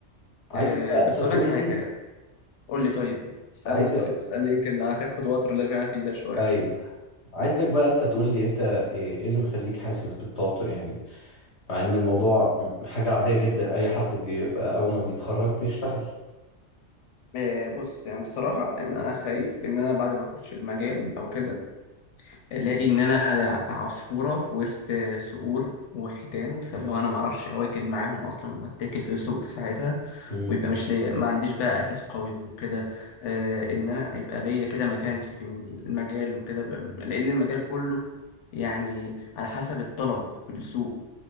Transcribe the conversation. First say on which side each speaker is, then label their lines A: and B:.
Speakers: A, on the left; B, on the left.
A: عايزك
B: أه
A: بقى
B: بس
A: انت تقول
B: اقول لك حاجه
A: لي
B: قول لي طيب اسالني
A: عايزك
B: طيب اسالني يمكن اخف توتر اللي انا فيه ده شويه
A: ايوه عايزك بقى انت تقول لي انت ايه إيه اللي مخليك حاسس بالتوتر يعني مع ان الموضوع حاجة عادية جدا اي حد بيبقى اول ما بيتخرج بيشتغل
B: آه، بص يعني بصراحة إن أنا خايف إن أنا بعد ما أخش المجال أو كده ألاقي إن أنا عصفورة في وسط صقور وحيتان فاللي هو أنا معرفش أواكب معاهم أصلا وأتاكل في سوق في ساعتها
A: مم.
B: ويبقى مش ليا ما عنديش بقى أساس قوي وكده آه، إن أنا يبقى ليا كده مكانتي في المجال وكده ب- لأن المجال كله يعني على حسب الطلب في السوق